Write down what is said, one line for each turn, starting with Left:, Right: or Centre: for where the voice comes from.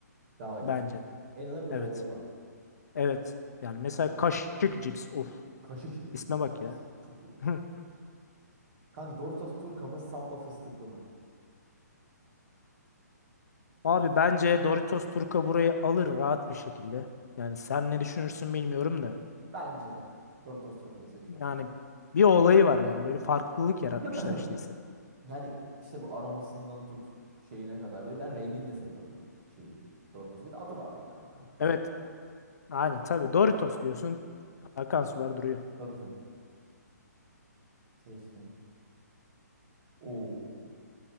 Right: Daha iyi.
Left: Bence de.
Right: En azından bir
Left: Evet.
Right: olayı var.
Left: Evet. Yani mesela kaşık cips. Of.
Right: Kaşık şeklinde
Left: İsme
Right: bir
Left: bak
Right: de cips.
Left: ya.
Right: Çok iyi.
Left: Hı.
Right: Kanka Doritos Turka mı Samba fıstıklı mı?
Left: Abi bence Doritos Turka burayı alır rahat bir şekilde. Yani sen ne düşünürsün bilmiyorum da.
Right: Bence de. Doritos Turka'yı seçiyorum.
Left: Yani bir olayı var yani böyle farklılık yaratmışlar
Right: <clears throat>
Left: işte ise.
Right: Yani işte bu aromasından tut şeyine kadar. Böyle ben rengini de seviyorum bu şeyin. Doritos. Bir de adı var ya kanka.
Left: Evet aynen tabii Doritos diyorsun akan sular duruyor.
Right: Tabii canım. Seçtim. Oo.